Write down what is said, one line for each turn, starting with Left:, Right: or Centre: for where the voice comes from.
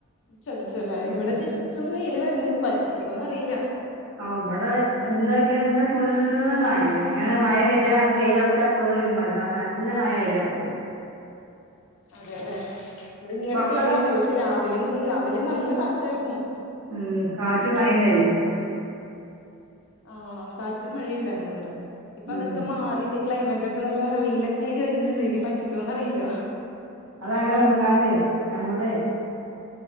Left: ചതിച്ചല്ലേ
Right: ഉം
Left: ഇവടെ ജസ്റ്റ് റ്റൊന്ന് വെയ്ല് വര്ണ് ണ്ട് പറ്റിക്കോന്നറീല്ല.
Right: ആഹ് ഇബടെ ഇന്നൊക്കെ ഇന്ന് ഫുള്ള് മഴന്നെ ഇങ്ങനെ മഴ വെരാ അത് വെയ്ലർക്കാ ഇപ്പ നല്ല മഴ നല്ല മഴ വെരാപ്പൊ
Left: അതെല്ലെ ഇവടെ ഇങ്ങനെ
Right: പൊറത്തൊക്കെ
Left: തെളിയണ്ട് പക്ഷെ രാവിലെ മുതൽ രാവിലെ നല്ല കാറ്റായിരുന്നു
Right: ഉം കാറ്റും മയീണ്ടായ്നിം
Left: ആഹ് കാറ്റും മഴീണ്ടാര്ന്നു വടെ ഇപ്പ
Right: ഉം
Left: തൊക്കെ മാറി തെ ക്ലൈമറ്റ് റ്റൊക്കെ നല്ല വെയ്ലൊക്കായി വര്ണ് ണ്ട് ഇനി പറ്റിക്കോന്നറിയില്ല
Right: അതങ്ങനെ വന്ന്ങ്ങാണ്ടെയ് ഞമ്മളളെയ്